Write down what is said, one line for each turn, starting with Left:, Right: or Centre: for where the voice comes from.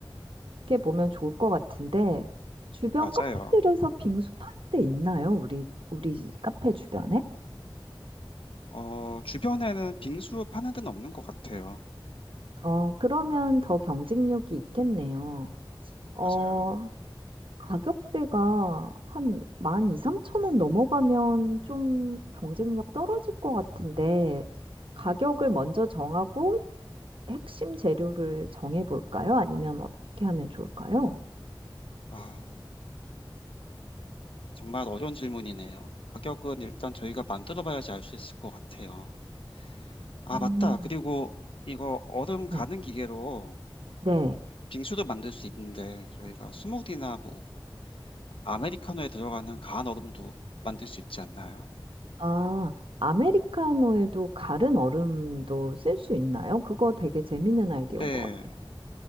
Right: 게 보면 좋을 것 같은데 주변
Left: 맞아요.
Right: 카페들에서 빙수 파는 데 있나요? 우리 우리 카페 주변에?
Left: 어, 주변에는 빙수 파는 데는 없는 것 같아요.
Right: 어, 그러면 더 경쟁력이 있겠네요. 어,
Left: 맞아요.
Right: 가격대가 한 12,000원 넘어가면 좀 경쟁력 떨어질 것 같은데 가격을 먼저 정하고 핵심 재료를 정해 볼까요? 아니면 어떻게 하면 좋을까요?
Left: 아, 정말 어려운 질문이네요. 가격은 일단 저희가 만들어봐야지 알 수 있을 것 같아요. 아,
Right: 음.
Left: 맞다. 그리고 이거 얼음
Right: 네.
Left: 가는 기계로
Right: 네.
Left: 빙수도 만들 수 있는데 저희가 스무디나 뭐 아메리카노에 들어가는 가한 얼음도 만들 수 있지 않나요?
Right: 아, 아메리카노에도 가른 얼음도 쓸 수 있나요? 그거 되게 재밌는 아이디어인
Left: 네,
Right: 것 같아요.